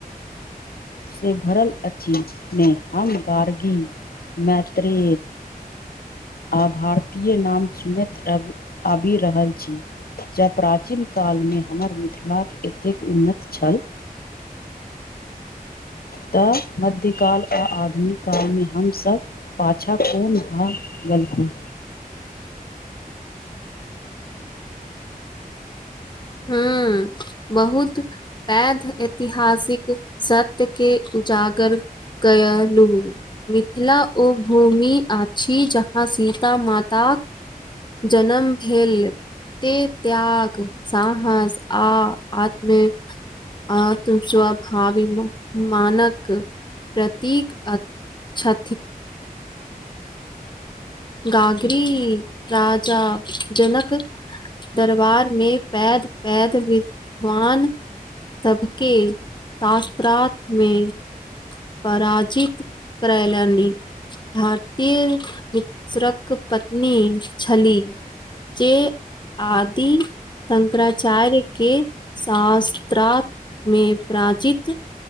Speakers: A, on the left; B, on the left.
A: से भरल अछि ने हम गार्गी मैत्रे आ भारतीय नाम सुनैत आबि रहल छी जँ प्राचीन कालमे हमर मिथिलाक एतेक उन्नत छल तऽ मध्य काल आ आधुन कालमे हमसभ पाछा कोन भा गलखू
B: हूँ बहुत वैध ऐतिहासिक सत्य के उजागर कय लू मिथिला उ भूमि अछी जहाँ सीता माताक जनम भेल ते त्याग साहस आ आत्म आ तुम स्वभावी मानक प्रतीक छ गाग्री राजा जनक दरबार मे पैद पैद विद्वान सबके शास्त्रात में पराजित करैल भारतीय क पत्नी छली जे आदि शंकराचार्य के शास्त्र में प्राचित